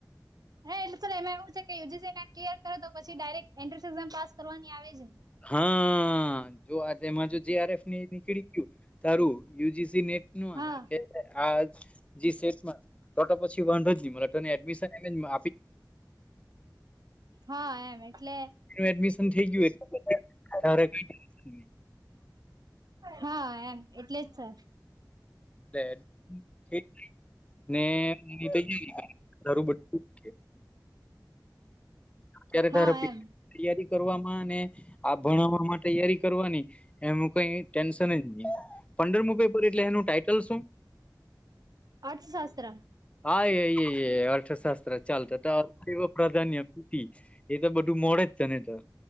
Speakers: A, on the right (about 60°); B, on the left (about 15°).
A: હા એટલે એમાં એવું છે કે યુજીસી ના ક્લયર કરે તો પછી ડાયરેક એન્ટ્રન્સ એક્ઝામ પાસ કરવાની આવે જ ને
B: હા જો આ. જેમાં જો જીઆર એફ ની નીકળી ગયું તારું યુજીસી નેટ નું
A: હા
B: આ જી સેટમાં ટોટ પછી વ મ
A: હા એમ એટલે
B: એડમિશન <unintelligible> ગયું <unintelligible>
A: હા એમ એટલે જ છે.
B: એટલે ઠીક ને મ તૈયારી <unintelligible> અત્યારે
A: હા
B: તાર
A: એમ
B: તૈયારી કરવામાં અને આ ભણાવવા માટે તૈયારી કરવાની એનું કઈ ટેન્શન જ નહી પંદરમું પેપર એટલે એનું ટાઈટલ શું?
A: અર્થશાસ્ત્ર.
B: હા એ-અર્થશાસ્ત્ર ચાલતા તો અવ પ્રાધાન્ય એ તો બધું મોડે જ છે. તને તો.